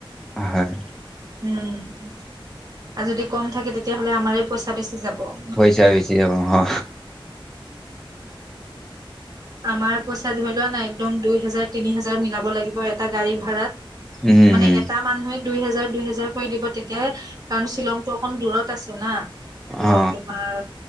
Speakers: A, in the centre; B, on the right.
A: হয়
B: উম আৰু যদি কম থাকে তেতিয়াহ'লে আমাৰে পইচা বেছি যাব অ।
A: পইচা বেছি যাব অ
B: আমাৰ পইচা ধৰি লোৱা নাই একদম দুই হেজাৰ তিনি হেজাৰ মিলাব লাগিব এটা গাড়ী ভাড়াত।
A: উম
B: মানে
A: উম
B: এটা মানুহে দুই হেজাৰ দুই হেজাৰ কৰি দিব তেতিয়াহে কাৰণ শ্বিলংতটো অকণ দূৰত আছে না ত'
A: অ
B: তোমাৰ।